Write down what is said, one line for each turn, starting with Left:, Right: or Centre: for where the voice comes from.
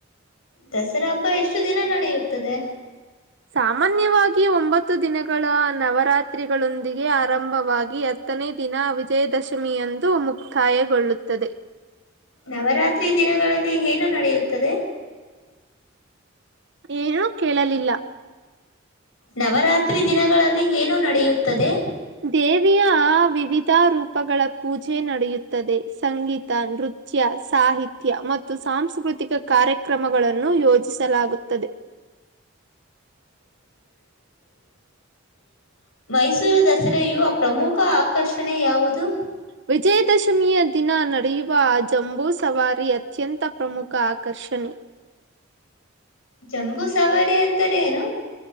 Left: ದಸರಾ ಹಬ್ಬ ಎಷ್ಟು ದಿನ ನಡೆಯುತ್ತದೆ
Right: ಸಾಮಾನ್ಯವಾಗಿ ಒಂಬತ್ತು ದಿನಗಳ ನವರಾತ್ರಿಗಳೊಂದಿಗೆ ಆರಂಭವಾಗಿ ಹತ್ತನೇ ದಿನ ವಿಜಯದಶಮಿಯಂದು ಮುಕ್ತಾಯಗೊಳ್ಳುತ್ತದೆ
Left: ನವರಾತ್ರಿ ದಿನಗಳಲ್ಲಿ ಏನು ನಡೆಯುತ್ತದೆ
Right: ಏನೂ ಕೇಳಲಿಲ್ಲ
Left: ನವರಾತ್ರಿ ದಿನಗಳಲ್ಲಿ ಏನು ನಡೆಯುತ್ತದೆ
Right: ದೇವಿಯ ಆ ವಿವಿಧ ರೂಪಗಳ ಪೂಜೆ ನಡೆಯುತ್ತದೆ ಸಂಗೀತ ನೃತ್ ತ್ಯ ಸಾಹಿತ್ಯ ಮತ್ತು ಸಾಂಸ್ಕೃತಿಕ ಕಾರ್ಯಕ್ರಮಗಳನ್ನು ಯೋಜಿಸಲಾಗುತ್ತದೆ
Left: ಹ್ಮ <inaudible> ಹ ಮೈಸೂರು ದಸರೆಯು ಪ್ರಮುಖ ಆಕರ್ಷಣೆ ಯಾವುದು
Right: ವಿಜಯದಶಮಿಯ ದಿನ ನಡೆಯುವ ಜಂಬೂ ಸವಾರಿ ಅತ್ಯಂತ ಪ್ರಮುಖ ಆಕರ್ಷಣೆ
Left: ಜಂಬೂ ಸವಾರಿ ಅಂದರೆ ಏನು